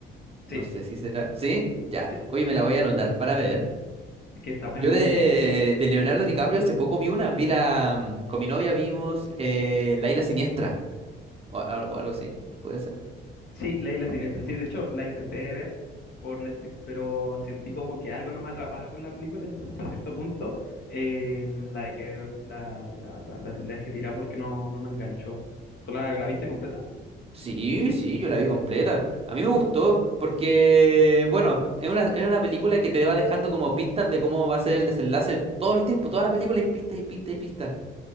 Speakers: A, on the left (about 55°); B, on the right (about 30°).
A: Sí,
B: no sé si será, ¿sí? Ya,
A: sí,
B: hoy me la voy a anotar para ver.
A: es que está, es
B: Yo
A: muy
B: de,
A: bueno.
B: de Leonardo DiCaprio hace poco vi una, vi la, mm, con mi novia vimos eh, La Isla Siniestra, o, al- o algo así, ¿puede ser?
A: Sí, leí la siguiente. Sí, de hecho, la intenté ver por Netflix, pero sentí como que algo no me atrapaba con la película, entonces hasta cierto punto eh, la dejé de ver, la, la, la, la- la dejé tirar porque no, no me enganchó. ¿Tú la, la viste completa?
B: Sí, sí, yo la vi completa. A mí me gustó porque, bueno, es una, es una película que te va dejando como pistas de cómo va a ser el desenlace todo el tiempo, toda la película hay pistas y pistas y pistas.